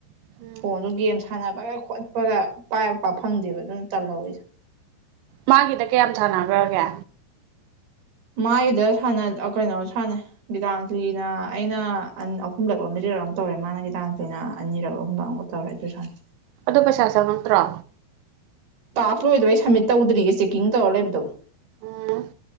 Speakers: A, on the right; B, on the right.
A: ꯎꯝ
B: ꯐꯣꯟꯗꯣ ꯒꯦꯝ ꯁꯥꯟ ꯁꯥꯟꯅꯕꯒ ꯈꯣꯠꯄꯒ ꯄꯥꯏꯕ ꯄꯥꯛ ꯐꯪꯗꯦꯕ ꯑꯗꯨꯅ ꯇꯜꯂꯕ ꯑꯩꯗꯣ
A: ꯃꯥꯒꯤꯗ ꯀꯌꯥꯝ ꯁꯥꯟꯅꯒ꯭ꯔꯒꯦ
B: ꯃꯥꯏꯗ ꯁꯥꯟꯅ ꯑ ꯀꯩꯅꯣ ꯁꯥꯟꯅꯩ ꯒꯤꯇꯥꯟꯖꯂꯤꯅ ꯑꯩꯅ ꯑꯟ ꯑꯍꯨꯝꯂꯛꯂ ꯃꯔꯤ ꯔꯛ ꯑꯝ ꯇꯧꯔꯦ ꯃꯥꯅ ꯒꯤꯇꯥꯟꯖꯂꯤꯅ ꯑꯅꯤꯔꯛ ꯑꯍꯨꯝꯔꯛ ꯑꯝꯒ ꯇꯧꯔꯦ ꯑꯗꯨꯒ ꯁꯥꯟꯅꯩ
A: ꯑꯗꯣ ꯄꯩꯁꯥ ꯆꯪꯉꯛꯇ꯭ꯔꯣ
B: ꯇꯥꯛꯁ ꯂꯣꯏꯗꯕꯩ ꯁꯝꯃꯤꯠ ꯇꯧꯗ꯭ꯔꯤꯌꯦ ꯆꯦꯛꯀꯤꯡ ꯇꯧꯔ ꯂꯩꯕꯗꯣ
A: ꯎꯝ